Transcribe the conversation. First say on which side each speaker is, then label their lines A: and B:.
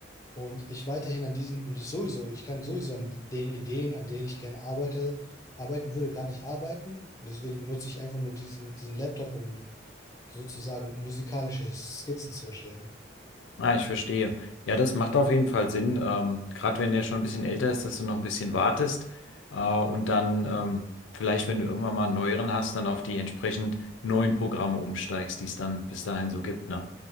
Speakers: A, on the left (about 15°); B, on the left (about 90°).
A: und ich weiterhin an diesen, und ich sowieso, ich kann sowieso an den Ideen, an denen ich gerne arbeite, arbeiten würde, gerade nicht arbeiten. Und deswegen nutze ich einfach nur diesen, diesen Laptop, um sozusagen musikalische Skizzen zu erstellen.
B: Ah, ich verstehe. Ja, das macht auf jeden Fall Sinn, ähm, gerade wenn der schon ein bisschen älter ist, dass du noch ein bisschen wartest äh, und dann ähm, vielleicht, wenn du irgendwann mal einen neueren hast, dann auf die entsprechend neuen Programme umsteigst, die es dann bis dahin so gibt, ne?